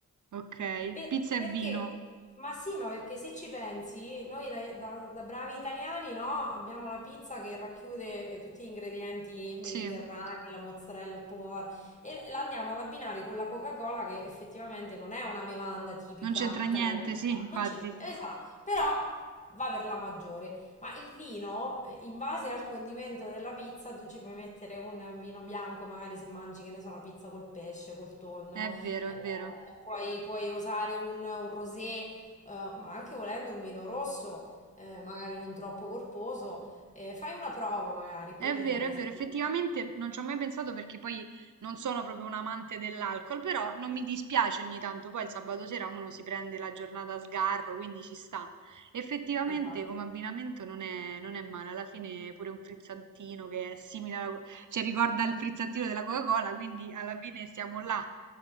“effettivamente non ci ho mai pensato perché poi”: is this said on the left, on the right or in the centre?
Right